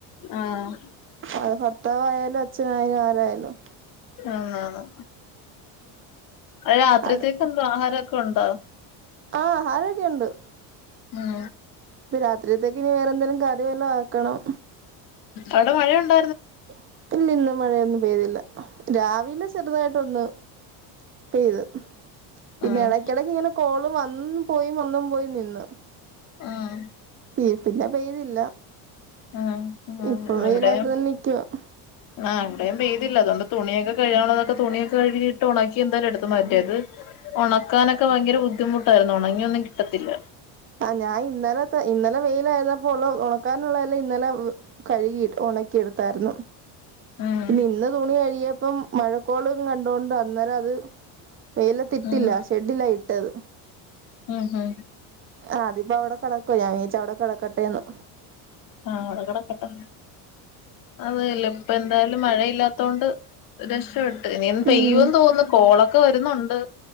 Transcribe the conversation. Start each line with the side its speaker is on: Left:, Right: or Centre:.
Left: ആഹ്
Right: അത് ഭർത്താവായാലും അച്ഛനായ ആരായാലും
Left: ആന്നാന്ന് അത് രാത്രിത്തേക്കുന്തോ
Right: അവിടെ
Left: ആഹാരം കെണ്ടോ
Right: ആ ആഹാരയൊക്കെ ഉണ്ട്
Left: ഉം
Right: ഇപ്പ രാത്രിയത്തേക്ക് ഇനി വേറെ എന്തേലും കറിവെല്ലാം ആക്കണം.
Left: അവിടെ മഴയുണ്ട
Right: ഇല്ല ഇല്ല ഇന്ന് മഴയൊന്നും പെയ്തില്ല രാവിലെ ചെറുതായിട്ടൊന്ന് പെയ്ത് പിന്നെ
Left: ഉം
Right: ഇടക്കിടക്ക് ഇങ്ങനെ കോള് വന്ന് പോയി വന്നും പോയി നിന്ന്
Left: ആഹ്
Right: <unintelligible> പിന്നെ പെയ്തില്ല
Left: ആ ആഹ്
Right: ഇപ്പം വെയിലായിട്ട്
Left: എവിടെയാ
Right: തന്നെ നിൽക്കുവാ
Left: ആ ഇവിടെയും പേയ്തില്ല അതു കൊണ്ട് തുണിയക്കെ കഴുകാനുഉള്ളതൊക്കെ തുണിയൊക്കെ കഴുകിട്ട് ഉണക്കി എന്താലും എടുത്തു മാറ്റേത് ഉണക്കാനൊക്കെ ഭയങ്കര ബുദ്ധിമുട്ടായിരുന്നു ഉണങ്ങിയൊന്നും കിട്ടത്തില്ല
Right: ആ ഞാൻ ഇന്നലെ ഇന്നലെ വെയിലായിരുന്നപ്പോ ഉള്ള ഉണക്കാനുള്ളതല്ല ഇന്നലെ കഴുകിട്ട് ഉണക്കിടുത്തായിരുന്നു
Left: ഉം
Right: പിന്നെ ഇന്ന് തുണി കഴുകിയ ഇപ്പം മഴക്കോളും കണ്ടുകൊണ്ട് അന്നേരം അത് വെയിലത്തിട്ടില്ല
Left: ഉം
Right: ഷെഡില്ല ഇട്ടത്
Left: ഹോ ഹോ
Right: ആ അതിപ്പോ അവിടെ കിടക്കോ ഞാൻ വിചാരിച്ചു അവിടെ കിടക്കട്ടെന്ന്
Left: ആ അവിടെ കിടക്കട്ടെ അതല്ല ഇപ്പ എന്തായാലും മഴയില്ലാത്ത കൊണ്ട് രക്ഷപ്പെട്ട് ഇനി പെയ്യോന്ന്
Right: ഉം
Left: തോന്നുന്നു കോളൊക്കെ വരുന്നുണ്ട്